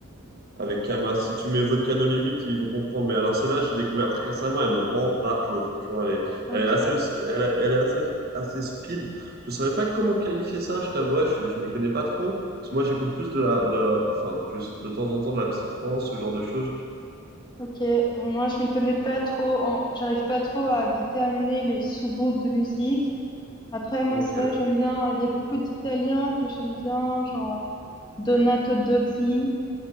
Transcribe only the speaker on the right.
avec Kama. Si tu mets Volcano Limite, ils vont comprendre. Mais alors celle-là, j'ai découvert très récemment, elle me rend barjo, franchement. Elle est,
elle est assez, elle est elle est assez, assez speed. Je ne saurais pas comment qualifier ça, je t'avouerais, je ne m'y connais pas trop. Parce que moi, j'écoute plus de la, de la- enfin, plus de temps en temps de la psytrance, ce genre de choses.
Donc,
euh,